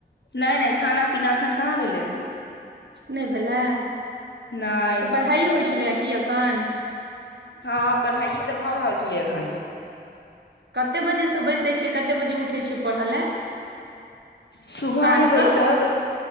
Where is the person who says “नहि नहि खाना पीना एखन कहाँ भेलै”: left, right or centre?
Left